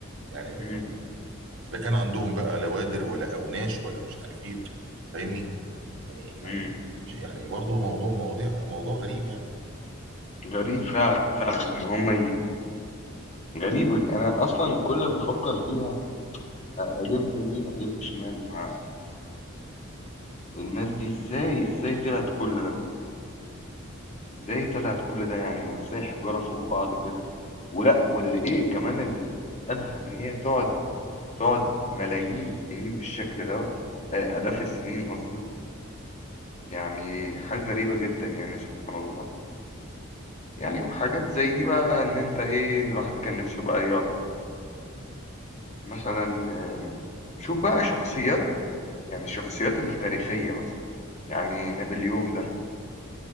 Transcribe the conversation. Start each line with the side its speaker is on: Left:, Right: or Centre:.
Right: يعني
Left: مم.
Right: فاهم لا كان عندهم بقى لا وادر ولا اوناش ولا مش عارف ايه فاهمني يعني يعني
Left: مم.
Right: مش يعني برضه موضوع مواضيع موضوع غريب يعني
Left: غريب فعلا فعلا ان هم غريبة دي. أنا أصلا كل ما أفكر فيها أ- أجيبها يمين أجيبها شمال مع الناس دي إزاي إزاي طلعت كل ده إزاي طلعت كل ده يعني وإزاي حجارة فوق بعض كده ولا واللي إيه كمان ال- الأدهى إن هي تقعد تقعد ملايين السنين بالشكل دوت آه، آلاف السنين قصدي يعني حاجة غريبة جدا يعني سبحان الله يعني وحاجات زي دي بقى إن أنت إيه إن الواحد كان نفسه بقى يقعد مثلا آم، شوف بقى شخصيات يعني الشخصيات التاريخية مثلا يعني نابليون ده